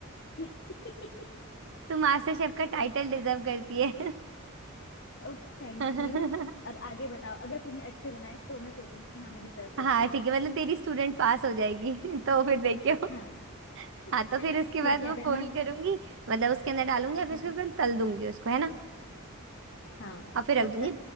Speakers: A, on the left; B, on the right.
A: है
B: तू मास्टर शेफ का
A: <laughs>
B: टाइटल डिजर्व करती है
A: ओह थैंक
B: <laughs>
A: यू अब आगे बताओ अगर तूने अच्छे बनाए तो मैं सोचूंगी कि हाँ मैं डिजर्व करती
B: हाँ
A: हूँ
B: ठीक है मतलब तेरी स्टूडेंट पास हो जाएगी <laughs> तो फिर देखियो
A: हाँ
B: हाँ तो
A: <laughs>
B: फिर उसके
A: फिर
B: बाद
A: क्या
B: वो
A: करना
B: फोल्ड
A: है
B: करूंगी मतलब उसके अंदर डालूंगी और फिर
A: हाँ
B: उसके बाद तल दूंगी उसको है ना
A: हाँ
B: और फिर रख
A: कब
B: दूंगी
A: तक